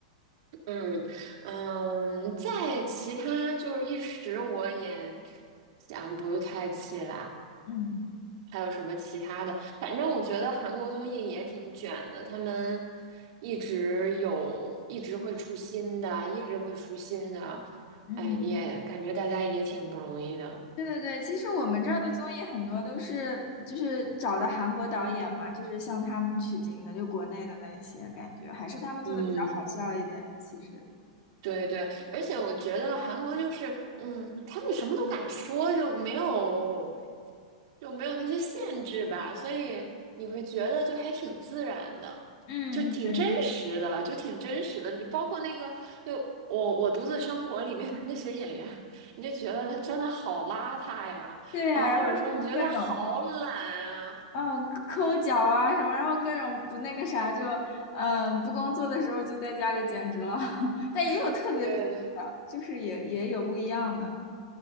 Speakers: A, on the right; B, on the left.
A: 嗯嗯，在其他就是一时我也想不太起来，
B: 嗯
A: 还有什么其他的？反正我觉得韩国综艺也挺卷的，他们一直有，一直会出新的，一直会出新的，
B: 嗯，
A: 哎，也感觉大家也挺不容易的。
B: 对对对，其实我们这儿的综艺很多都是就是找的韩国导演嘛，就是向他们取经的，就国内的那一些感觉，还是他们做的比较好笑一点，
A: 嗯。
B: 其实。
A: 对对，而且我觉得韩国就是，嗯，他们什么都敢说，就没有就没有那些限制吧，所以你会觉得就还挺自然的，
B: 嗯，
A: 就挺真实的，
B: 对
A: 就挺真实的。你包括那个，就我我独自生活里面的那些演员，你就觉得他真的好邋遢呀，
B: 对呀、
A: 然后或者说你觉得他好懒啊，
B: 然后什么各种。嗯，抠脚啊什么，然后各种不那个啥就，嗯，不工作的时候就在家里简直了，<laughs> 但也有特别自律的，
A: 对对。
B: 就是也也有不一样的。